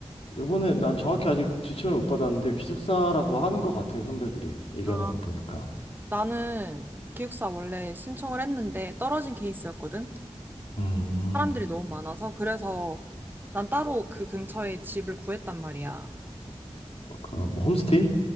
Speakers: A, on the left; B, on the right.
A: 요번에 난 정확히 아직 지침을 못 받았는데 기숙사라고 하는 것 같아요, 선배들이 얘기하는
B: 아.
A: 거 보니까.
B: 나는 기숙사 원래 신청을 했는데 떨어진 케이스였거든?
A: 음,
B: 사람들이 너무 많아서 그래서 난 따로 그 근처에 집을 구했단 말이야.
A: 그럼 뭐 홈스테이?